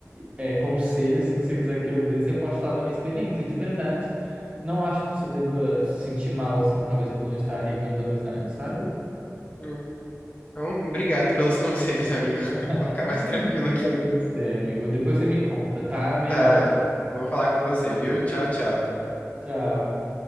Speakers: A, on the right; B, on the left.
A: é, conselho assim que você quiser que eu dê, você pode falar da minha experiência, de verdade. Não acho que você deva se sentir mal assim, talvez por não estar regando amizade, sabe?
B: Hum. Então, obrigado pelos conselhos, amigo. <laughs>
A: <laughs>
B: Eu vou ficar mais tranquilo
A: Obrigado
B: aqui.
A: a você, amigo. Depois você me conta, tá? Melhora.
B: Tá. Vou falar com você, viu? Tchau, tchau.
A: Tchau.